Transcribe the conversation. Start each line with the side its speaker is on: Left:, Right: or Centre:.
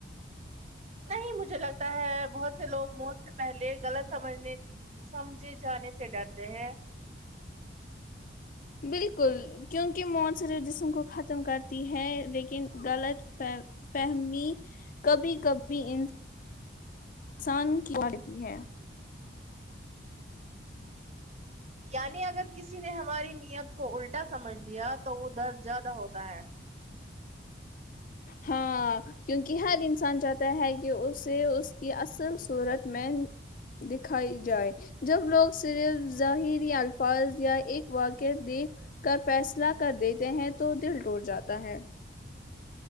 Right: نہیں مجھے لگتا ہے بہت سے لوگ موت سے پہلے غلط سمجھنے سمجھے جانے سے ڈرتے ہیں
Left: بالکل کیونکہ مون صرف جسم کو ختم کرتی ہے لیکن غلط فی فہمی کبھی کبھی ان انسان کی بڑتی ہے
Right: یعنی اگر کسی نے ہماری نیت کو الٹا سمجھ لیا تو وہ درد زیادہ ہوتا ہے
Left: ہاں کیونکہ ہر انسان چاہتا ہے کہ اسے اس کی اصل صورت میں دکھائی جائے جب لوگ صرف ظاہری الفاظ یا ایک واقع دیکھ کر فیصلہ کر دیتے ہیں تو دل ٹوٹ جاتا ہے